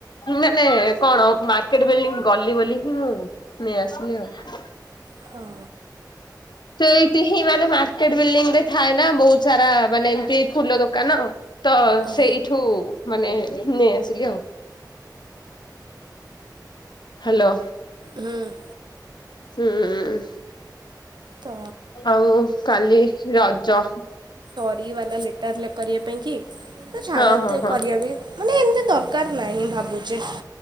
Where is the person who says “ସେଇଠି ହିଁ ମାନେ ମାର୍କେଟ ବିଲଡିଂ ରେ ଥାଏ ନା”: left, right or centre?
Left